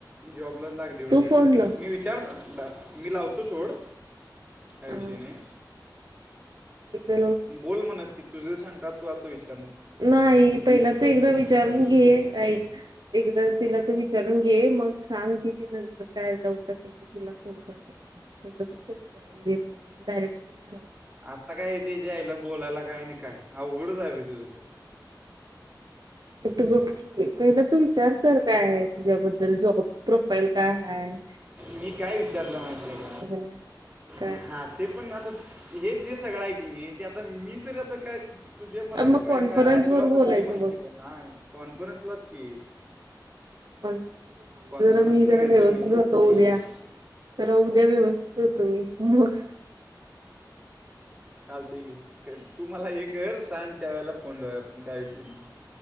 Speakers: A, on the right; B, on the right.
A: जॉब लागली एवढ
B: तू
A: तिथं
B: फोन लाव
A: मी विचार मी लावतो सोड काय
B: अ.
A: विषय नाही
B: <inaudible>
A: पण बोल म्हणस की तुझे शंका तू आता विचार
B: नाही पहिला तू एकदा विचारून
A: शंका की
B: घे. ऐक एकदा तिला तू विचारून घे मग सांग किती नंतर काय डाऊट असेल तर तुला फोन करते तु विचारून घे पहिला. मी डायरेक्ट <inaudible>
A: आता काय तेच्या आयला बोलायला. काय नाही काय अवघडच आहे बाय तुझ तरं.
B: तू गप्प की पहिलं तू विचार तर कायं आहे तुझ्याबद्दल जॉब प्रोफाईल कायं हायं?
A: मी काय विचारलं माहिती आहे
B: आहे. काय
A: का हा ते पण आता हेच जे सगळं आहे की मी ते आता मी तर आता काय तुझ्या मनात
B: मग
A: काय
B: कॉन्फरन्स
A: काय आहे तुला
B: वर बोलायचं
A: कसली माहिती
B: बघ
A: हा कॉन्फरन्सलाच की
B: काॅन्फंरंस
A: कॉन्फरन्सला
B: जरा मी जरा
A: घेतो
B: व्यवस्थित
A: मी
B: होतो
A: बोल
B: उद्या
A: म्हणून
B: जरा उद्या व्यवस्थित होतो मी मगं.
A: चालतयं तु मला हे कर सांग त्या वेळेला फोन लीवूया आपण काय विषयी नाही.